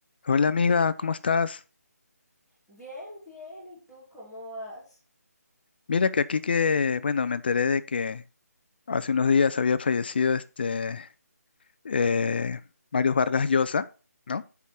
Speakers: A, on the left; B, in the centre.
A: Hola amiga, ¿cómo estás?
B: Bien, bien. ¿Y tú cómo vas?
A: Mira que aquí que, bueno, me enteré de que hace unos días había fallecido este eh, Mario Vargas Llosa, ¿no?